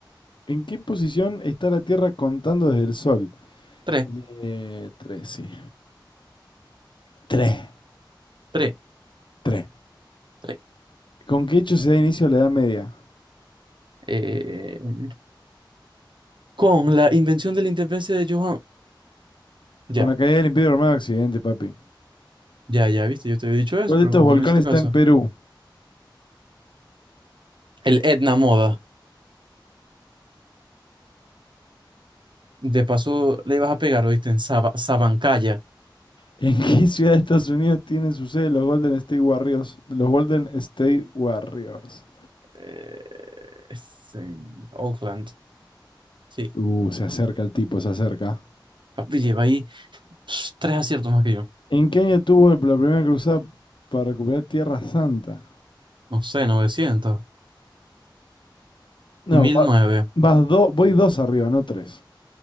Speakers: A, on the left; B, on the right.
A: ¿En qué posición está la Tierra contando desde el Sol?
B: Tres,
A: Eh, tres, sí. Tres.
B: tres,
A: Tres.
B: tres.
A: ¿Con qué hecho se da inicio a la Edad Media?
B: Eh... Con la invención de la interferencia de Johann. Ya,
A: Con la caída del Imperio Romano Occidente, papi.
B: ya, ya, viste, yo te había dicho eso,
A: ¿Cuál
B: pero
A: de estos
B: como
A: volcanes
B: no me hiciste
A: está
B: caso.
A: en Perú?
B: El Etna Moda. De paso le ibas a pegar, oíste, en Saba- Sabancaya.
A: ¿En qué ciudad de Estados Unidos tienen su sede los Golden State Warriors? Los Golden State Warriors.
B: eh, es en Oakland. Sí.
A: Uh, se acerca el tipo, se acerca.
B: Papi, lleva ahí pss, tres aciertos más que yo.
A: ¿En qué año tuvo la primera cruzada para recuperar Tierra Santa?
B: No sé, novecientos
A: No,
B: mil
A: va-
B: nueve
A: vas dos, voy dos arriba, no tres.